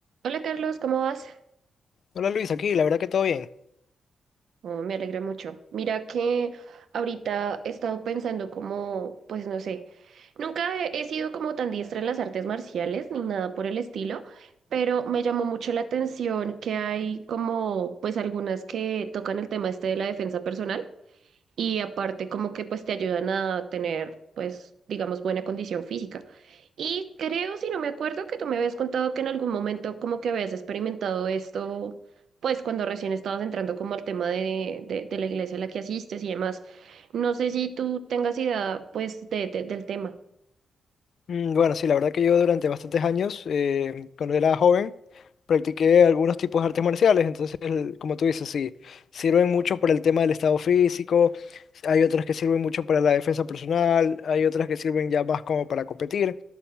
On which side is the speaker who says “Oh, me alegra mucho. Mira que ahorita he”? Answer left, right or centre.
Right